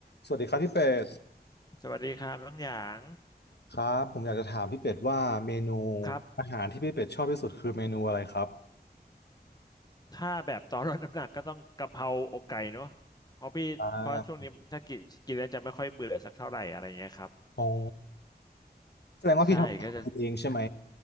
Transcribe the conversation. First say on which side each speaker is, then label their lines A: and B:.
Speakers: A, on the left; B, on the left.
A: สวัสดีครับพี่เป็ด
B: สวัสดีครับน้องหยาง
A: ครับผมอยากจะถามพี่เป็ดว่าเมนู
B: ครับ
A: อาหารที่พี่เป็ดชอบที่สุดคือเมนูอะไรครับ
B: ถ้าแบบตอนลดน้ำหนักก็ต้องกะเพราอกไก่เนาะเพราะพี่เพราะช่วงนี้ถ้ากินกินแล้วจะไม่ค่อยเบื่อสักเท่าไหร่อะไรเงี้ยครับ
A: อ่าอ๋อแสดงว่าพี่ทำอาหารกินเองใช่ไหม
B: ใช่ก็จะ